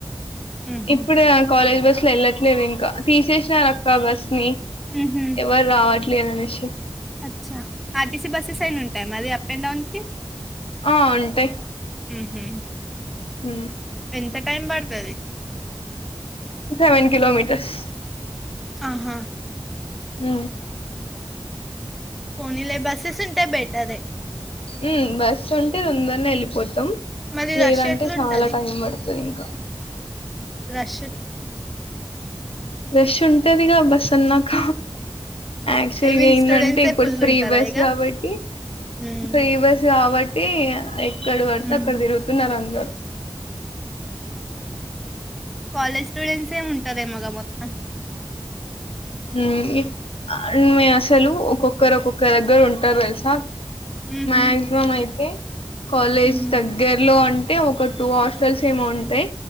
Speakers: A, in the centre; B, on the left.
A: ఉహు
B: ఇప్పుడే కాలేజ్ బస్ ట్లే వెళ్ళట్లేదు ఇంకా తీసేసినారక్క బస్ మీ
A: ఉహు
B: ఎవరు రావట్ లేదనేషి
A: అచ్చ అ సిస్ బస్సెస్ అయినా ఉంటాయా మరి అప్ అండ్ డౌన్ కి
B: ఆ ఉంటాయి
A: ఉహు
B: ఉ
A: ఎంత టైం పడుతది
B: సెవెన్ కిలోమీటర్స్
A: ఆహా
B: ఉ
A: ఫోనీలే బస్సెస్ ఉంటే బెటరే
B: ఉ బస్ ఉంటే తొందరనే వెళ్ళిపోతాం
A: మరి
B: లేదంటే
A: రష్ ఎట్లుంటది
B: చాలా టైం పడు సరే ఇంకా
A: రష్
B: రష్ ఉంటదిగా బస్ అన్నాక యాక్చువల్గా
A: ఐ మీన్
B: ఏందంటే
A: స్టూడెంట్సే
B: ఇప్పుడు
A: ఫుల్
B: ఫ్రీ
A: ఉంటారా
B: బస్
A: ఇగ
B: కాబట్టి
A: ఉమ్
B: ఫ్రీ బస్ కాబ ఏ ఎక్కడ పడితే
A: ఉమ్
B: అక్కడ తిరుగుతున్నారు అందరు
A: కాలేజ్ స్టూడెంట్స్ ఏ ఉంటారేమో గా మొత్తం
B: ఉ ఇప్ అసలు ఒక్కొక్కరు ఒక్కొక్కరి దగ్గర ఉంటారు తెలుసా
A: ఉహు
B: మ్యాక్సిమమ్ అయితే కాలేజ్
A: ఉహు
B: దగ్గరలో ఉ అంతే ఒక టూ హాస్టల్స్ ఏమో ఉంటాయి